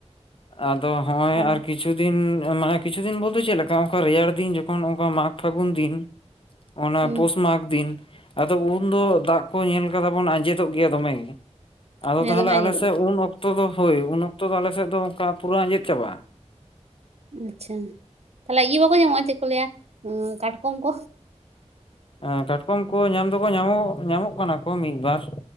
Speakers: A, on the left; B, on the right.
A: ᱟᱫᱚ ᱦᱚᱸᱜᱼᱚᱭ
B: ᱚ
A: ᱟᱨ ᱠᱤᱪᱷᱩ ᱫᱤᱱᱼᱼ ᱢᱟᱱᱮ ᱠᱤᱪᱷᱩ ᱫᱤᱱ ᱵᱚᱞᱛᱮ ᱪᱮᱫ ᱞᱮᱠᱟ ᱚᱱᱠᱟ ᱨᱮᱭᱟᱲ ᱫᱤᱱ ᱡᱚᱠᱷᱚᱱ ᱚᱱᱠᱟ ᱢᱟᱜᱽ ᱯᱷᱟᱹᱜᱩᱱ ᱫᱤᱱᱼᱼ ᱚᱱᱟ
B: ᱦᱩᱸ
A: ᱯᱳᱥ ᱢᱟᱜᱽ ᱫᱤᱱ ᱟᱫᱚ ᱩᱱ ᱫᱚ ᱫᱟᱜ ᱠᱚ ᱧᱮᱞ ᱠᱟᱫᱟ ᱵᱚᱱ ᱟᱸᱡᱮᱫᱚᱜ ᱜᱮᱭᱟ ᱫᱚᱢᱮ ᱜᱮ ᱟᱫᱚ
B: ᱦᱮᱸ
A: ᱛᱟᱦᱚᱞᱮ
B: ᱫᱚᱢᱮ ᱟᱸᱡᱮᱫᱚᱜ
A: ᱟᱞᱮ ᱥᱮᱫ ᱩᱱ ᱚᱠᱛᱚ ᱫᱚ ᱦᱳᱭ ᱩᱱ ᱚᱠᱛᱚ ᱫᱚ ᱟᱞᱮ ᱥᱮᱫ ᱫᱚ ᱚᱱᱠᱟ ᱯᱩᱨᱟᱹ ᱟᱸᱡᱮᱫ ᱪᱟᱵᱟᱜᱼᱟ
B: ᱟᱪᱪᱷᱟ ᱛᱟᱦᱚᱞᱮ ᱤᱭᱟᱹ ᱵᱟᱠᱚ ᱧᱟᱢᱚᱜᱼᱟ ᱪᱮᱫ ᱠᱚ ᱞᱟᱹᱭᱟ ᱠᱟᱴᱠᱚᱢ ᱠᱚ
A: ᱮᱸ ᱠᱟᱴᱠᱚᱢ ᱠᱚ ᱧᱟᱢ ᱫᱚᱠᱚ <unintelligible> ᱧᱟᱢᱚᱜ ᱠᱟᱱᱟ ᱠᱚ ᱢᱤᱫ ᱵᱟᱨ